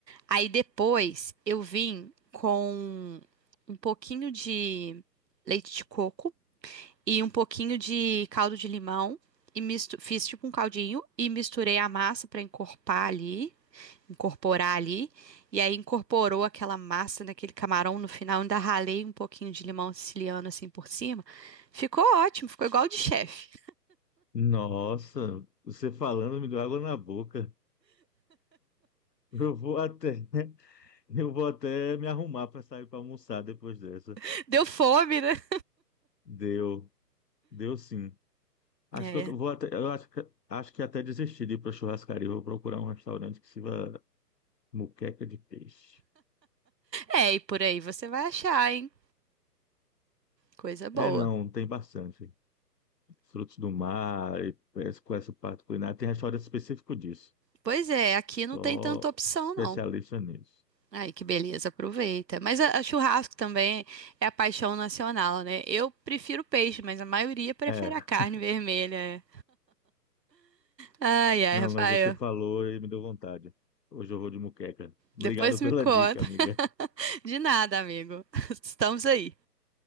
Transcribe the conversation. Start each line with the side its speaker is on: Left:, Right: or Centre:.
Right: Aí depois eu vim com um pouquinho de leite de coco e um pouquinho de caldo de limão e mistu- fiz tipo um caldinho e misturei a massa para encorpar ali, incorporar ali. E aí incorporou aquela massa naquele camarão no final, ainda ralei um pouquinho de limão siciliano assim por cima. Ficou ótimo, ficou igual de chefe.
Left: Nossa, você falando me deu água na boca. Eu vou até, <laughs> eu vou até me arrumar para sair para almoçar depois dessa.
Right: <laughs> Deu fome, né?
Left: Deu, deu sim. Acho
Right: É.
Left: que eu tô- vou até, eu acho que, acho que até desisti de ir para churrascaria. Vou procurar um restaurante que sirva moqueca de peixe.
Right: É, e por aí você vai achar, hein? Coisa boa.
Left: É, não, tem bastante. Frutos do mar, e essa- com essa parte culinária. Tem restaurante específico disso.
Right: Pois é, aqui não
Left: Só
Right: tem tanta opção,
Left: especialista
Right: não.
Left: nisso.
Right: Ai, que beleza, aproveita. Mas a, a churrasco também é a paixão nacional, né? Eu prefiro peixe, mas a maioria prefere
Left: É,
Right: a carne vermelha. Ai, ai,
Left: não,
Right: Rafael.
Left: mas você falou e me deu vontade. Hoje eu vou de moqueca. Obrigado
Right: Depois
Left: pela
Right: me conta.
Left: dica, amiga.
Right: <laughs> De nada, amigo. <laughs> Estamos aí.